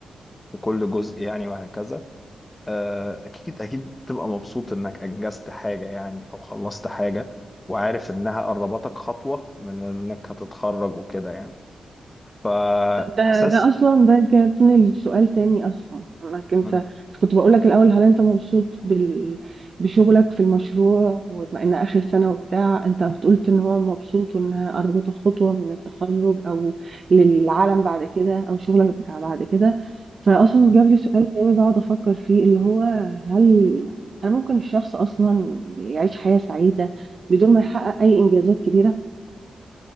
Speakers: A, on the left; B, on the right.
A: في كل جزء يعني وهكذا آه اكيد اكيد بتبقى مبسوط انك انجزت حاجه يعني او خلصت حاجه وعارف انها قربتك خطوه من انك هتتخرج وكده يعني فاحساس
B: ده ده اصلا ده جابني لسؤال تاني اصلا انك انت
A: مم.
B: كنت بقولك الاول هل انت مبسوط بال... بشغلك في المشروع وبما ان اخر سنه وبتاع انت بتقولت ان هو مبسوط وانها قربت خطوه من التخرج او للعالم بعد كده او شغلك بتاع بعد كده فاصلا
A: مم.
B: جاب لي سؤال تاني بقعد افكر فيه اللي هو هل هل ممكن الشخص اصلا يعيش حياه سعيده بدون ما يحقق اي انجازات كبيره